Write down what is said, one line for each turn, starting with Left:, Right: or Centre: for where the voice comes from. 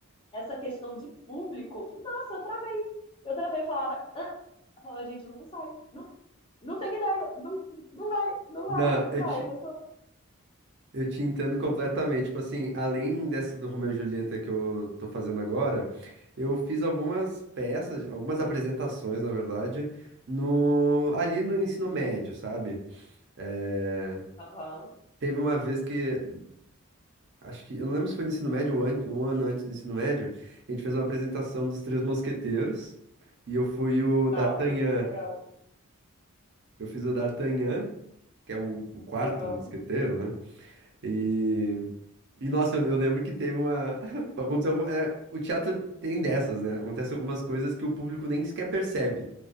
Left: essa questão de público, nossa, eu travei. Eu travei, eu falava, ah, eu falava, gente, não sai, não, não tem ideia, não, não vai, não
Right: Não,
Left: vai, não
Right: eu
Left: vai.
Right: te,
Left: A pessoa,
Right: eu te entendo completamente. Tipo assim, além dessa do Romeu e Julieta que eu tô fazendo agora, eu fiz algumas peças, algumas apresentações, na verdade, no, ali no ensino médio, sabe? É,
Left: aham,
Right: teve uma vez que Acho que, eu não lembro se foi no ensino médio ou an- um ano antes do ensino médio, a gente fez uma apresentação dos Três Mosqueteiros e eu fui o
Left: nossa,
Right: D'Artagnan.
Left: muito legal,
Right: Eu fiz o D'Artagnan, que é o, o quarto
Left: aham,
Right: mosqueteiro, né? E, e nossa, eu, eu lembro que teve uma. <laughs> Aconteceu, algum- é, o teatro tem dessas, né? Acontece algumas coisas que o público nem sequer percebe.